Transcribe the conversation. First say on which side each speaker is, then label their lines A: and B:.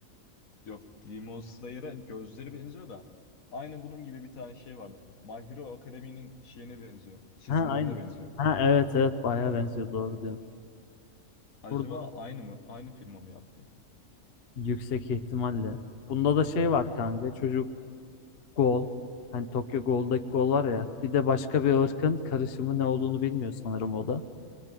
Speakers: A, on the left (about 80°); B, on the left (about 50°).
A: Yok Demon Slayer'a gözleri benziyor da aynı bunun gibi bir tane şey vardı. My Hero Academy'nin şeyine benziyor. Çizimlerine
B: Ha aynı.
A: benziyor.
B: Ha evet evet bayağı benziyor doğru diyorsun.
A: Acaba
B: Burada
A: aynı mı? Aynı firma mı yaptı?
B: yüksek ihtimalle. Bunda da şey var kanka çocuk gol. Hani Tokyo Ghoul'daki gol var ya. Bir de başka bir ırkın karışımı ne olduğunu bilmiyor sanırım o da.